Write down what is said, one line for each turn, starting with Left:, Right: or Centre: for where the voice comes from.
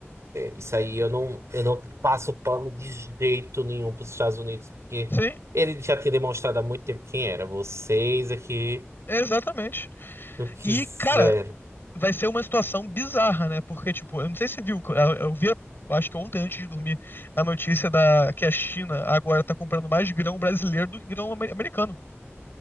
Right: Isso aí eu não, eu não passo pano de jeito nenhum para os Estados Unidos, porque
Left: Sim,
Right: ele já tinha demonstrado há muito tempo quem era. Vocês aqui
Left: exatamente.
Right: não quiseram.
Left: E, cara, vai ser uma situação bizarra, né? Porque, tipo, eu não sei se você viu, eu, eu vi, eu acho que ontem antes de dormir, a notícia da que a China agora tá comprando mais grão brasileiro do que grão amer- americano.